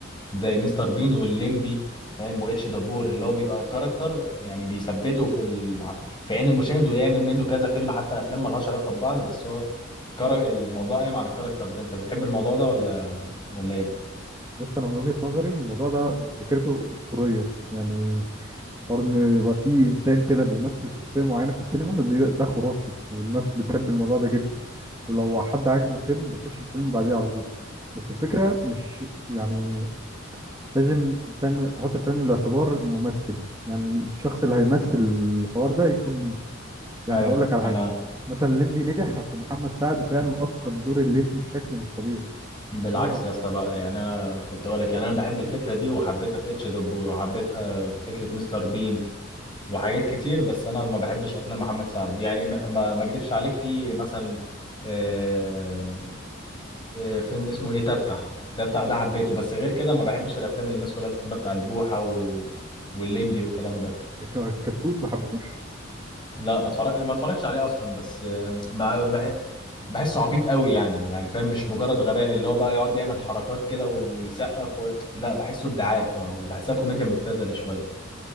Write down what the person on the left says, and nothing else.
زي مستر بين والليمبي فاهم واتش دبور اللي هو بيبقى كاركتر يعني بيثبته في الع... في عين المشاهد ويعمل منه كذا فيلم حتى افلام ملهاش علاقه ببعض بس هو كار... الموضوع قايم على الكاركتر ده انت بتحب الموضوع ده ولا ولا ايه
ايوه
انا
بالعكس
يا اسطى بقى يعني انا كنت اقول لك يعني انا بحب الفكره دي وحبيتها في اتش دبور وحبيتها في فكره مستر بين وحاجات كتير بس انا ما بحبش افلام محمد سعد يعني ما ما ما اكدبش عليك في مثلا آه، آه، فيلم اسمه ايه تتح التتح ده حبيته بس غير كده ما بحبش الافلام اللي الناس كلها بتحبها بتاعت بوحة و... والليمبي والكلام ده
لا ما اتفرج ما اتفرجش عليه اصلا بس آه، بع- بع- بحسه عبيط قوي يعني يعني فاهم مش مجرد غباء اللي هو بقى يقعد يعمل حركات كده ويسقف و... لا بحسه ادعاء آه، وبحسها كوميديا مبتذله شويه